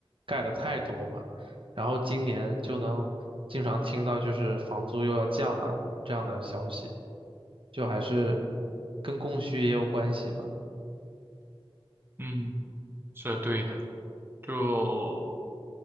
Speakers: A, on the right; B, on the right.
A: 盖了太多嘛？然后今年就能经常听到就是房租又要降了这样的消息，就还是跟供需也有关系吧。
B: 嗯，是对的。就